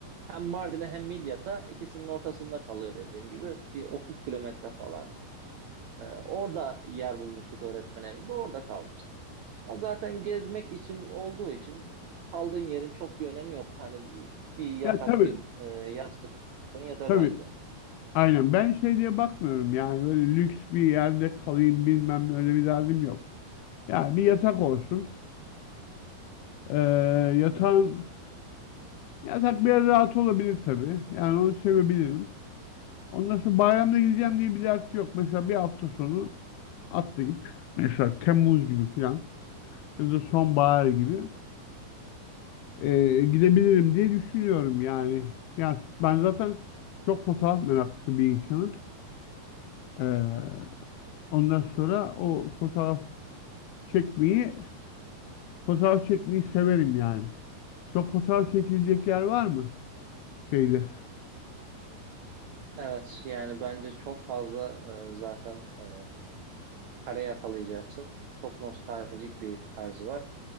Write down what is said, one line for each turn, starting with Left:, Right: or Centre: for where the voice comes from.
Right: hem Mardin'e hem Midyat'a ikisinin ortasında kalıyor dediğim gibi. Bir 30 kilometre falan. Ee, orada yer bulmuştuk öğretmen evinde. Orada kalmıştık. Ha, zaten gezmek için olduğu için kaldığın yerin çok bir önemi yok. Hani bir, bir yatak,
Left: Ya tabii
Right: bir e, yastık son yeter
Left: tabii.
Right: bence.
Left: Aynen. Ben şey diye bakmıyorum yani böyle lüks bir yerde kalayım bilmem ne öyle bir derdim yok. Yani bir yatak olsun. Ee, yatağın
Right: Hı hı.
Left: yatak biraz rahat olabilir tabii. Yani onu sevebilirim. Ondan sonra bayramda gideceğim diye bir dert yok. Mesela bir hafta sonu atlayıp mesela Temmuz gibi falan ya da sonbahar gibi ee, gidebilirim diye düşünüyorum yani. Yani ben zaten çok fotoğraf meraklısı bir insanım. Ee, ondan sonra o fotoğraf çekmeyi fotoğraf çekmeyi severim yani. Çok fotoğraf çekilecek yer var mı şeyde?
Right: Evet yani bence çok fazla e, zaten e, para yakalayacaksın. Çok nostaljik bir tarzı var